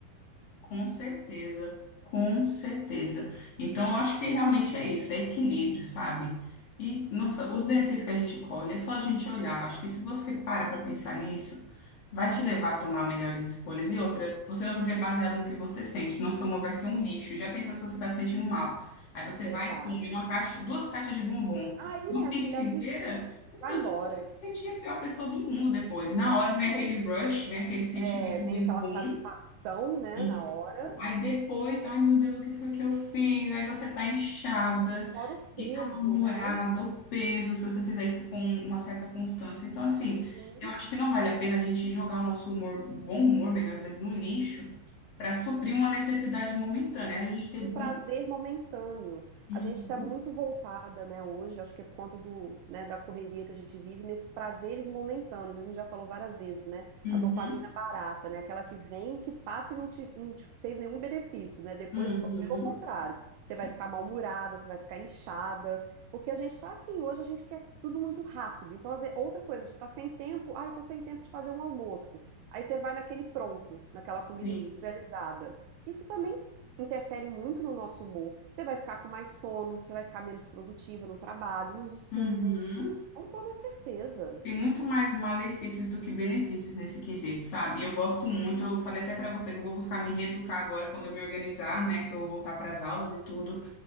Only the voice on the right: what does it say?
Verdade.
Aí,
minha
filha, aí
vai
embora.
Bom,
Não,
é, vem
aquela
satisfação, né,
na hora,
fora o
peso,
né?
Sim.
um
prazer momentâneo.
A gente está muito voltada, né, hoje, acho que é por conta do, né, da correria que a gente vive, nesses prazeres momentâneos. A gente já falou várias vezes, né?
A dopamina barata, né? Aquela que vem e que passa e não te, não te fez nenhum benefício, né? Depois,
só, pelo contrário, você
vai ficar mal-humorada, você vai ficar inchada, porque a gente está assim, hoje a gente quer tudo muito rápido. Então, às vezes, outra coisa, a gente está sem tempo, ah, eu estou sem tempo de fazer um almoço. Aí você vai naquele pronto, naquela comida
industrializada. Isso também interfere muito no nosso humor. Você vai ficar com mais sono, você vai ficar menos produtiva no trabalho, nos estudos.
Com toda certeza.